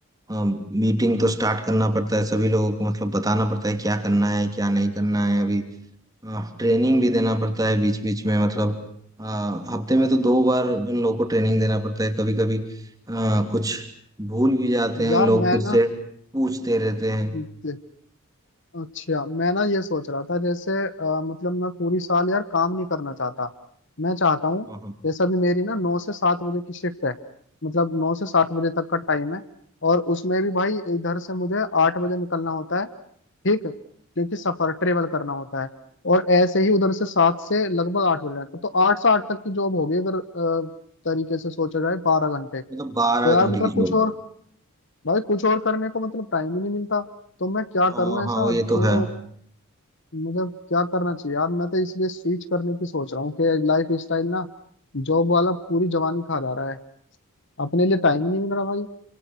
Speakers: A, on the right; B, on the left.
A: अ, मीटिंग तो स्टार्ट करना पड़ता है सभी लोगों को मतलब बताना पड़ता है क्या करना है क्या नहीं करना है अभी ट्रेनिंग भी देना पड़ता है बीच बीच में मतलब आ, हफ्ते में तो दो बार उन लोगों को ट्रेनिंग देना पड़ता है कभी कभी आ, कुछ भूल भी जाते हैं
B: यार
A: लोग
B: मैं
A: फिर से पूछते रहते हैं
B: ना अच्छा मैं ना ये सोच रहा था जैसे अ, मतलब मैं पूरी साल यार काम नहीं करना चाहता मैं चाहता हूँ
A: वहाँ।
B: जैसे अभी मेरी ना नौ से सात बजे की शिफ्ट है मतलब नौ से सात बजे तक का टाइम है और उसमें भी भाई इधर से मुझे आठ बजे निकलना होता है ठीक है? क्योंकि सफर ट्रेवल करना होता है और ऐसे ही उधर से सात से लगभग आठ बजे तक तो आठ से आठ तक की जॉब होगी अगर अ, तरीके से सोचा जाए बारह घंटे
A: मतलब बारह
B: तो यार
A: घंटे
B: मतलब
A: की
B: कुछ
A: जॉब
B: और भाई कुछ और करने को मतलब टाइम ही नहीं मिलता तो मैं क्या
A: हाँ
B: करूं ऐसा
A: हाँ ये तो
B: जो
A: है
B: मुझे क्या करना चाहिए यार मैं तो इसलिए स्विच करने की सोच रहा हूँ कि लाइफ स्टाइल ना जॉब वाला पूरी जवानी खा जा रहा है अपने लिए टाइम ही नहीं मिल रहा भाई